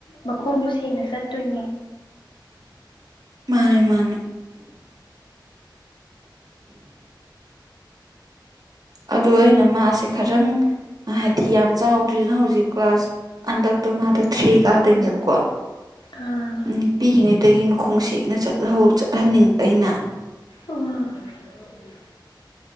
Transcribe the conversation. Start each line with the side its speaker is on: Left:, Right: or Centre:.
Left: ꯃꯈꯣꯡꯁꯨ ꯁꯦꯡꯅ ꯆꯠꯇꯣꯏꯅꯤ
Right: ꯃꯥꯅꯦ ꯃꯥꯅꯦ ꯑꯗꯣ ꯑꯩꯅ ꯃꯥꯁꯦ ꯈꯇꯪ ꯍꯥꯏꯗꯤ ꯌꯥꯝ ꯆꯥꯎꯗ꯭ꯔꯤꯅ ꯍꯧꯖꯤꯛ ꯀ꯭ꯂꯥꯁ ꯍꯟꯗꯛꯇꯣ ꯃꯥꯗꯣ ꯊ꯭ꯔꯤ ꯀꯥꯗꯣꯏꯅꯦꯕꯀꯣ
Left: ꯑꯥ
Right: ꯎꯝ ꯄꯤꯛꯏꯉꯩꯗꯒꯤ ꯃꯈꯣꯡ ꯁꯦꯡꯅ ꯆꯠꯍꯧ ꯆꯠꯍꯟꯅꯤꯡꯕ ꯑꯩꯅ
Left: ꯑꯣ ꯎꯝ